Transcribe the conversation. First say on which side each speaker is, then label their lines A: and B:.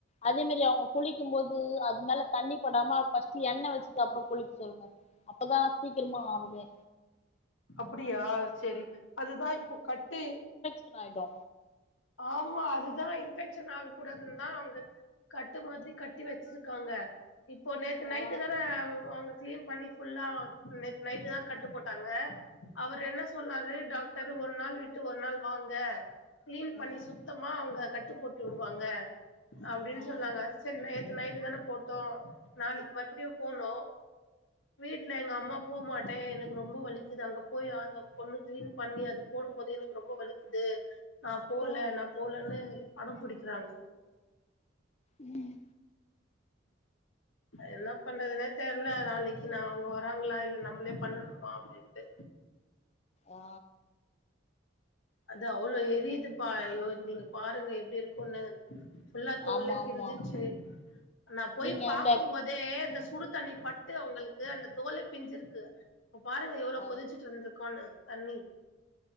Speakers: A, on the left; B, on the left.
A: அதே மேரி அவங்க குளிக்கும் போது அதுமேல தண்ணி படாம ஃபஸ்ட்டு எண்ண வெச்சுட்டு அப்பறோ குளிக்க சொல்லுங்க அப்பதா சீக்கிரமா ஆருமே
B: அப்படியா செரி அதுதா இப்போ கட்டு
A: ஷன் ஆயிடு
B: ஆமா அதுதா இன்பெக்க்ஷன் ஆக கூடாதுன்தா அவுங்க கட்டு மாதிரி கட்டி வெச்சுருக்காங்க இப்போ நேத்து நைட்டுதான
A: ஆ
B: வாங்க க்ளீன் பண்ணி ஃபுல்லா நேத்து நைட்டுதா கட்டு போட்டாங்க அவரு என்ன சொன்னாரு டாக்டரு ஒரு நாள் விட்டு ஒரு நாள் வாங்க க்ளீன் பண்ணி
A: ம்
B: சுத்தமா அவங்க கட்டு போட்டு விடுவாங்க அப்டின்
A: ம்
B: சொன்னாங்க செரில்லெ நைட்டு தானே போட்டோ நாளைக்கு மறுபடியு போனோ வீட்டுல எங்க அம்மா போகமாட்டே எனக்கு ரொம்ப வலிக்குது அங்க போய அந்த பொண்ணு கிளீன் பண்ணி அது போடும் போது எனக்கு ரொம்ப வலிக்குது நா போல
A: ம்
B: நா போலன்னு அடம் புடிக்கிறாங்க
A: ம்
B: என்ன பண்றதுனே தெரல நாளைக்கு நா அவங்க வராங்களா இல்ல நம்மளே பண்ணணுமா அப்டின்ட்டு
A: ஆ
B: அது அவ்ளோ எரியுது பா ஐயோ நீங்க பாருங்க எப்டி இருக்குனு ஃபுல்லா தோலெ
A: ஆமா ஆமா
B: பிஞ்சிச்சு நா போய்
A: நீங்க
B: பாக்கும்
A: அந்த
B: போதே இந்த சுடு தண்ணி பட்டு அவங்களுக்கு அந்த தோலை பிஞ்சிருக்கு இப்ப பாருங்க எவ்ளோ
A: ஆ
B: கொதிச்சிட்டு இருந்திருக்கோனு தண்ணி